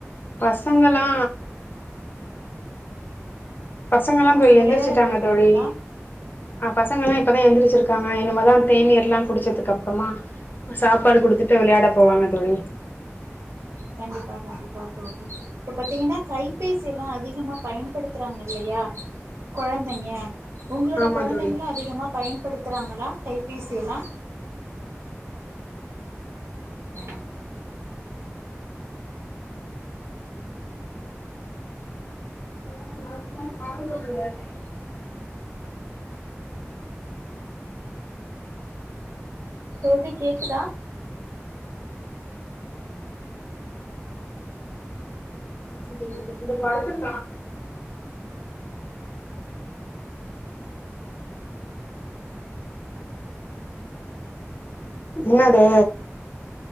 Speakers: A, on the left; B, on the right.
A: பசங்கள்லா பசங்களா தோ
B: விளையாட
A: எந்திரிச்சுட்டாங்க
B: போயிட்டாங்களா
A: தோழி ஆ பசங்கல்லா இப்பதா எந்திரிச்சிருக்காங்க இனிமேதா தேநீர்ல்லா குடிச்சதுக்கு அப்றமா சாப்பாடு குடுத்துட்டு விளையாட போவாங்க தோழி
B: கண்டிப்பா கண்டிப்பா தோழி இப்ப பாத்தீங்கன்னா கைபேசி எல்லா அதிகமா பயன்படுத்துறாங்க இல்லையா கொழந்தைங்க உங்களோட
A: ஆமா
B: கொழந்தைங்களு
A: தோழி
B: அதிகமா பயன்படுத்துறாங்களா கைபேசி எல்லா ஆ
A: ஃபோன் அதிகமா அவுங்க <inaudible>
B: தோழி கேக்குதா
A: <inaudible> இந்த படுத்துலா தா இன்னது